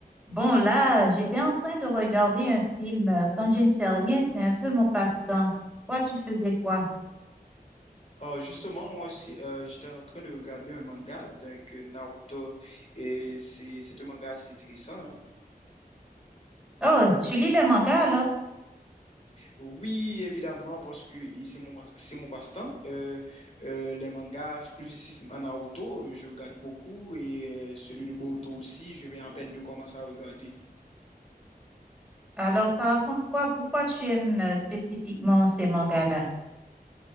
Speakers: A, in the centre; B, on the left.
A: Bon, là, j'étais en train de regarder un film. euh, Quand je ne fais rien, c'est un peu mon passe-temps. Toi, tu faisais quoi?
B: Euh, justement, moi aussi, euh, j'étais en train de regarder un manga, donc euh, Naruto, et c'est c'est un manga assez intéressant. hein.
A: Oh, tu lis les mangas alors?
B: Oui, évidemment, parce que il- c'est mon, c'est mon passe-temps. Euh, euh, les mangas, plus spécifiquement Naruto, je regarde beaucoup, et euh, celui de Boruto aussi, je viens à peine de commencer à regarder.
A: Alors, ça raconte quoi? Pourquoi tu aimes euh, spécifiquement ces mangas-là?